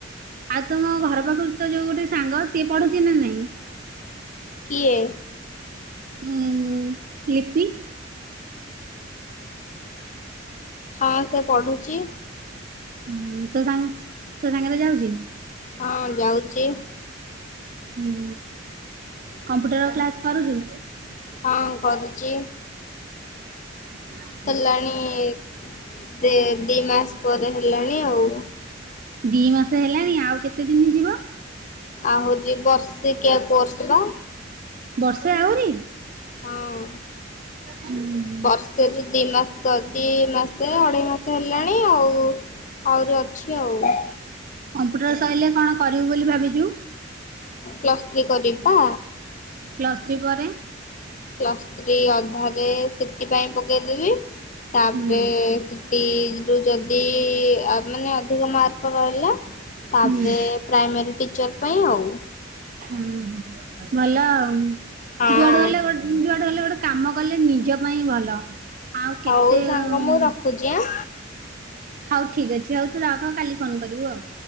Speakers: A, on the right; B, on the left.
A: ଆଉ ତମ ଘର ପାଖରୁ ତୋ ଯୋଉ ଗୋଟେ ସାଙ୍ଗ ସିଏ ପଢ଼ୁଛି ନା ନାଇଁ?
B: କିଏ?
A: ଉଁ ଲିପି?
B: ହଁ ସେ ପଢୁଛି।
A: ହୁଁ ତୋ ସାଙ୍ଗ ତୋ ସାଙ୍ଗରେ ଜାଉଛି?
B: ହଁ ଯାଉଛି।
A: ହୁଁ କମ୍ପ୍ୟୁଟର କ୍ଲାସ କରୁଛୁ?
B: ହଁ କରୁଛି।
A: ହୁଁ
B: ହେଲାଣି ଦି ମାସ ପରେ ହେଲାଣି ଆଉ।
A: ଦି ମାସ ହେଲାଣି ଆଉ କେତେ ଦିନ ଯିବ?
B: ଆଉ ହଉଛି ବର୍ଷେ କି କୋର୍ସ ବା।
A: ବର୍ଷେ ଆଉରିି।
B: ହଁ।
A: ହୁଁ।
B: ବର୍ଷେ ଯୋଉ ଦି ମାସ କରି ଦିଏ ଏ ମାସ ଅଢେଇ ମାସ ହେଲା। ହେଲାଣି ଆଉ ଆହୁରି ଅଛି ଆଉ।
A: କମ୍ପ୍ୟୁଟର ସରିଲେ କଣ କରିବୁ ବୋଲି ଭାବିଛୁ?
B: ପ୍ଲସ୍ ଥ୍ରୀ କରିବି ପା।
A: ପ୍ଲସ୍ ଥ୍ରୀ ପରେ?
B: ପ୍ଲସ୍ ଥ୍ରୀ ଆଧାକେ ସି ଟି ପାଇଁ ପକେଇଦବି। ତାପରେ
A: ହୁଁ
B: ଟି ରୁ ଯଦି ଆ, ମାନେ ଅଧିକ ମାର୍କ ରହିଲା ହଁ
A: ହୁଁ।
B: ସେ ପ୍ରାଇମେରି ଟିଚର୍ ପାଇଁ ଆଉ।
A: ଉଁ, ହୁଁ, ଭଲ ଆଉ
B: ହଁ
A: ଯୁଆଡେ ହେଲେ ଗୋ ଯୁଆଡେ ହେଲେ ଗୋଟେ କାମ କଲେ ନିଜ ପାଇଁ ଭଲ। ଆଉ କେତେ
B: ହଉ ସାଙ୍ଗ
A: ଉଁ,
B: ମୁଁ ରଖୁଛି ଆଁ।
A: ହଉ ଠିକ୍ ଅଛି ହଉ ତୁ ରଖ କାଲି ଫୋନ୍ କରିବୁ ଆଉ।